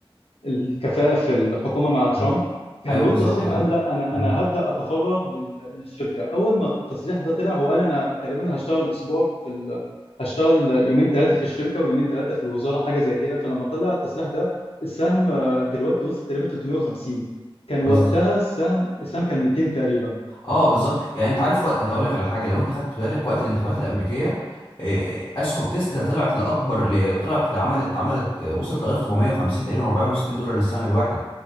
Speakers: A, on the left; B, on the left.
A: الكفاءة في الحكومة مع ترامب
B: فاهم؟
A: كان
B: ايوه
A: له
B: بالظبط
A: تصريح
B: كده
A: قال لا أنا
B: مهم.
A: أنا هبدأ أتفرغ لل- للشركة أول ما التصريح ده طلع هو قال أنا تقريبا هشتغل أسبوع في ال... هشتغل يومين ثلاثة في الشركة ويومين ثلاثة في الوزارة حاجة زي كده فلما طلع التصريح ده السهم آه، دلوقتي وصل تقريبا 350 كان
B: بز...
A: وقتها السهم السهم كان 200 تقريبا
B: اه بالظبط يعني انت عارف وقت انت اقول لك على حاجه لو انت خدت بالك وقت الانتخابات الامريكيه آه، اسهم تسلا طلعت لاكبر اللي طلعت عملت عملت آه، وصلت لغايه 450 تقريبا 460 دولار للسهم الواحد